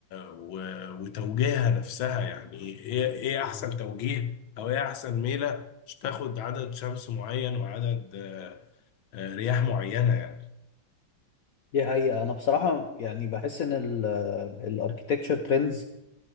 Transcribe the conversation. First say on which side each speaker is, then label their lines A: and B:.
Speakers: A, on the left (about 85°); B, on the left (about 55°).
A: و... وتوجيهها نفسها يعني ايه ايه احسن توجيه او ايه احسن ميله مش تاخد عدد شمس معين وعدد آه، آه، رياح معينه يعني
B: دي حقيقة أنا بصراحة يعني بحس إن الأركيتكتشر ترندز